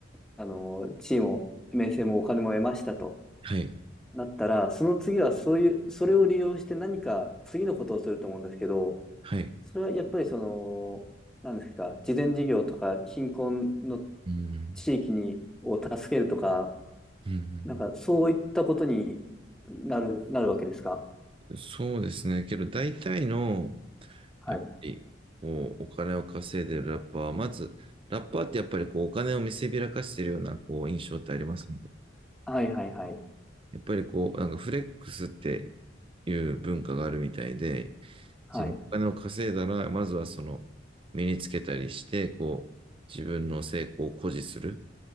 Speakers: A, in the centre; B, on the right.
A: あの、地位も名声もお金も得ましたと
B: はい。
A: なったら、その次はそういう、それを利用して何か次のことをすると思うんですけど、
B: はい
A: それはやっぱりその、何ですか、慈善事業とか貧困の
B: うん。
A: 地域に、を助けるとか、
B: うん。
A: なんかそういったことになる、なるわけですか
B: そうですね。けど大体の
A: はい。
B: やっぱり、もうお金を稼いでるラッパーは、まず、ラッパーってやっぱりこうお金を見せびらかしてるようなこう印象ってありますね。
A: はいはいはい。
B: やっぱりこう、なんかフレックスっていう文化があるみたいで、
A: はい。
B: そのお金を稼いだら、まずはその身につけたりして、こう、自分の成功を誇示するっ